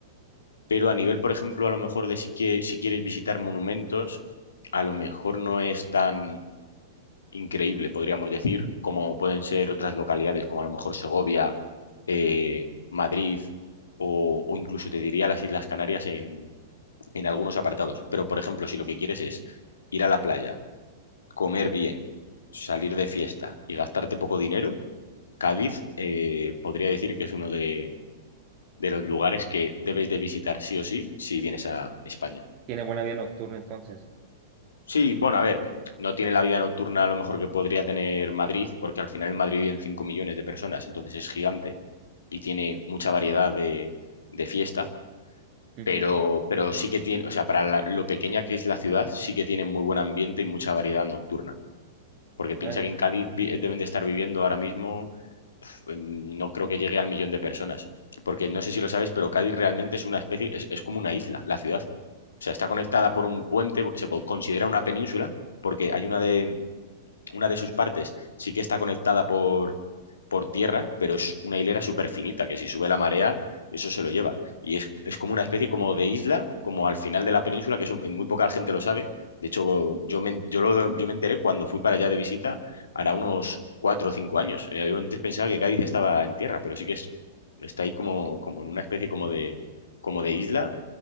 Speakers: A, on the left; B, on the right.
A: Pero a nivel, por ejemplo, a lo mejor de si, quie- si quieres visitar monumentos, a lo mejor no es tan increíble, podríamos decir, como pueden ser otras localidades, como a lo mejor Segovia, eh, Madrid o, o incluso te diría las Islas Canarias en, en algunos apartados. Pero, por ejemplo, si lo que quieres es ir a la playa, comer bien, salir de fiesta y gastarte poco dinero, Cádiz eh, podría decir que es uno de, de los lugares que debes de visitar sí o sí si vienes a España.
B: Tiene buena vida nocturna entonces.
A: Sí, bueno, a ver, no tiene la vida nocturna a lo mejor que podría tener Madrid, porque al final en Madrid viven 5 millones de personas, entonces es gigante y tiene mucha variedad de, de fiesta,
B: Ujú,
A: pero, pero sí que tiene, o sea, para la- lo pequeña que es la ciudad, sí que tiene muy buen ambiente y mucha variedad nocturna, porque piensa
B: Órale,
A: que en Cádiz vi- eh, deben de estar viviendo ahora mismo, eh, no creo que llegue al millón de personas, porque no sé si lo sabes, pero Cádiz realmente es una especie, es es como una isla, la ciudad. O sea, está conectada por un puente, se po- considera una península, porque hay una de, una de sus partes sí que está conectada por, por tierra, pero es una hilera súper finita, que si sube la marea, eso se lo lleva. Y es, es como una especie como de isla, como al final de la península, que eso muy poca gente lo sabe. De hecho, yo me, yo lo, yo me enteré cuando fui para allá de visita, hará unos cuatro o cinco años. Eh, Yo antes pensaba que Cádiz estaba en tierra, pero sí que es, está ahí como, como en una especie como de, como de isla